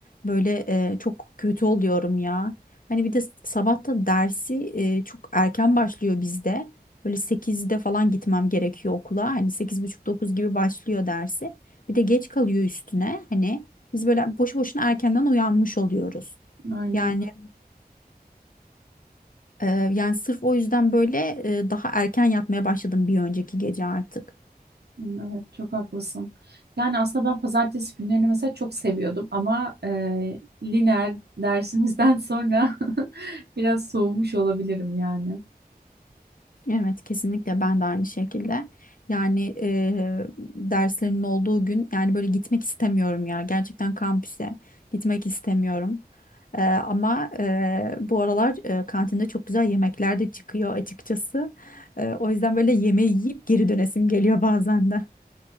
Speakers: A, on the left; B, on the right.
A: böyle e, çok kötü oluyorum ya. Hani bir de sabah da dersi e, çok erken başlıyor bizde. Böyle sekizde falan gitmem gerekiyor okula. Hani sekiz buçuk dokuz gibi başlıyor dersi. Bir de geç kalıyor üstüne. Hani biz böyle boşu boşuna erkenden uyanmış oluyoruz.
B: Aynen
A: Yani e, yani sırf o yüzden böyle e, daha erken yatmaya başladım bir önceki gece artık.
B: Hmm, Evet çok haklısın. Yani aslında ben pazartesi günlerini mesela çok seviyordum ama e, lineer dersimizden sonra <laughs> biraz soğumuş olabilirim yani.
A: Evet kesinlikle ben de aynı şekilde. Yani eee derslerin olduğu gün yani böyle gitmek istemiyorum ya. Gerçekten kampüse gitmek istemiyorum. Eee, ama eee, bu aralar eee, kantinde çok güzel yemekler de çıkıyor açıkçası. Eee, o yüzden böyle yemeği yiyip geri dönesim geliyor bazen de.